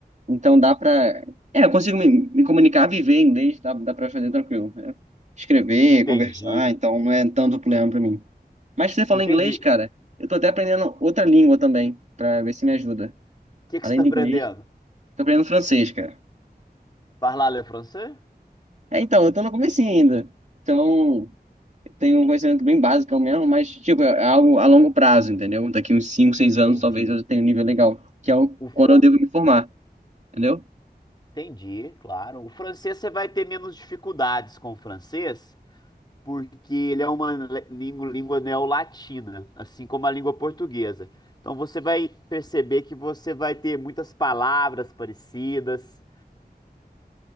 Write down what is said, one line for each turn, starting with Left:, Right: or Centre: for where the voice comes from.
Right: Então dá pra. É, eu consigo me, me comunicar, viver em inglês, dá, dá pra fazer tranquilo. né? Escrever,
Left: Entendi.
Right: conversar, então não é tanto problema pra mim. Mas se você fala
Left: Entendi.
Right: inglês, cara,
Left: O
Right: eu tô até aprendendo outra língua também, pra ver se me ajuda.
Left: que que
Right: Além
Left: você está
Right: de
Left: aprendendo?
Right: inglês, tô aprendendo francês, cara.
Left: Parlar le français?
Right: É, então, eu tô no comecinho ainda. Então. tenho um conhecimento bem básico mesmo, mas, tipo, é algo a longo prazo, entendeu? Daqui uns 5 seis
Left: Entendi.
Right: anos, talvez eu já tenha um nível legal, que é o-
Left: O
Right: quando
Left: fran...
Right: eu devo me formar, entendeu?
Left: Entendi, claro. O francês você vai ter menos dificuldades com o francês, porque ele é uma le- língua, língua neolatina, assim como a língua portuguesa. Então você vai perceber que você vai ter muitas palavras parecidas,